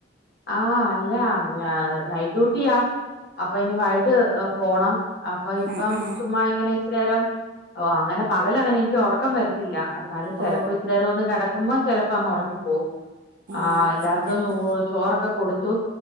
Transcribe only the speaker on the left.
ആഹ് അല്ല ന നൈറ്റ് ഡ്യൂട്ടിയാ. അപ്പൊ ഇനി വൈകിട്ട് പോണം അപ്പൊ ഇപ്പം
ചുമ്മാ എങ്ങനെ ഇച്ചിരിനേരം ഓഹ് അങ്ങനെ പകല് അങ്ങനെ എനിക്ക് ഉറക്കം വരത്തില്ല അന്നാലും ചെലപ്പ
ഇച്ചിരിരം ഒന്നുകെടക്ക മ്പം ചെലപ്പോ അങ്ങ് ഉറങ്ങിപ്പോവും
ആഹ് എല്ലാർക്കും
ഊ ചോറൊക്കെ കൊടുത്തു.